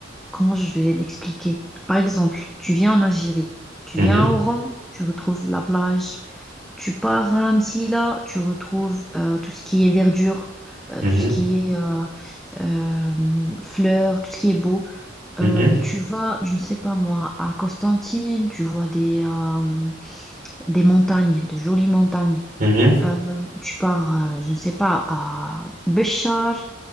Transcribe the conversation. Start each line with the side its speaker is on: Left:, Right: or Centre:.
Centre: comment je vais l'expliquer? Par exemple, tu viens en Algérie, tu
Right: Mhm,
Centre: viens à Oran, tu retrouves la plage, Tu pars à Amsila, tu retrouves euh, tout ce qui est verdure, euh,
Right: mhm,
Centre: tout ce qui est euh, euh, fleurs, tout ce qui est beau. Euh,
Right: mhm,
Centre: tu vas, je ne sais pas moi, à Constantine, tu vois des, euh, des montagnes, de jolies montagnes.
Right: mhm,
Centre: Euh, tu pars, euh, je ne sais pas, à Béchar,